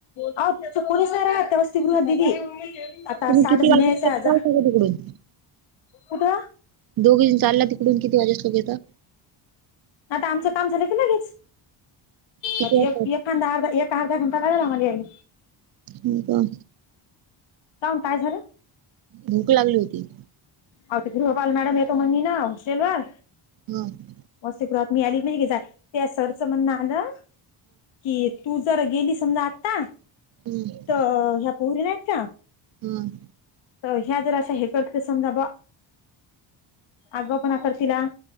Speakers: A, on the left; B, on the right.
A: आओ तिथं कोणीच नाही रहात, त्या वस्तीगृहात दिदी. आता
B: तुम्ही
A: साठ
B: किती
A: जणी
B: वाजता,
A: यायच्या
B: निघू शकता
A: आज
B: असं तिकडून?
A: कुठं
B: दोघीजण चालला, तिकडून किती वाजेस् तोवर येता?
A: आता आमचं, काम झालं की लगेच.
B: किती
A: आता
B: वाजता
A: एक
B: येता
A: एखांदा, अर्धा एक अर्धा घंटा लागेला आमाला याईला.
B: हो का?
A: काऊन, काय झालं?
B: भूक लागली होती.
A: आहो, ते गृहपाल मॅडाम येतो म्हणली ना हॉस्टेलवर?
B: हम्,
A: वस्तीगृहात मी आली नाही क झा त्या सरचं म्हणण आलं की, तू जर गेली समजा आता,
B: हम्म
A: तर ह्या पोरी नाहीत का?
B: हम्.
A: तर ह्या जर अशा, हे करते समजा बुआ आगाव पणा करतीला,